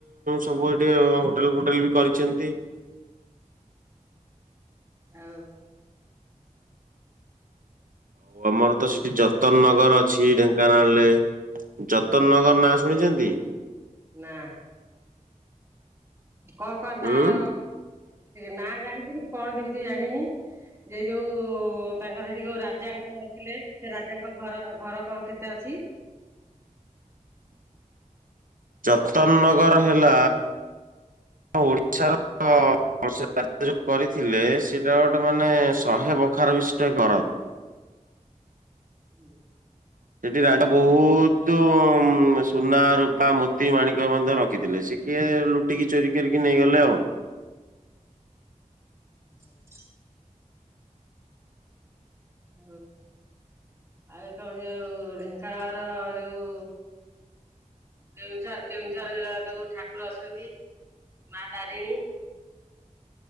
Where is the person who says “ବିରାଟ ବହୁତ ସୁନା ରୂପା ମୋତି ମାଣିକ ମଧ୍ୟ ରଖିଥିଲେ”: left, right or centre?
Right